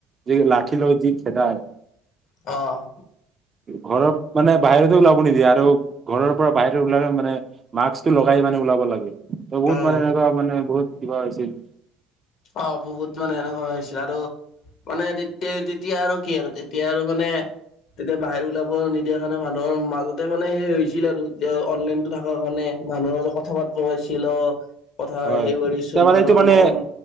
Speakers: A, on the right (about 30°); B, on the left (about 60°).
A: যে লাঠি লৈ যি খেদায়।
B: অ'।
A: ঘৰত মানে বাহিৰতে ওলাব নিদিয়ে, আৰু ঘৰৰ পৰা বাহিৰত ওলালে মানে মাস্কটো লগাই মানে ওলাব লাগে, ত' বহুত
B: উম
A: মানে এনেকুৱা মানে বহুত কিবা হৈছিল
B: অ' বহুত মানে এনেকুৱা হৈছে আৰু মানে তেতিয়া, তেতিয়া আৰু কি আৰু তেতিয়া আৰু মানে তেতিয়া বাহিৰ ওলাব নিদিয়াৰ কাৰণে মানুহৰ মাজতে মানে হেই হৈছিল আৰু এতিয়া অনলাইনো থকা কাৰণে। মানুহৰ মাজত কথা পাতব পাইছিল অ', কথা
A: হয়
B: হেৰি
A: এতিয়া
B: কৰিছিল,
A: মানে
B: মানুহৰ
A: এইটো মানে
B: মন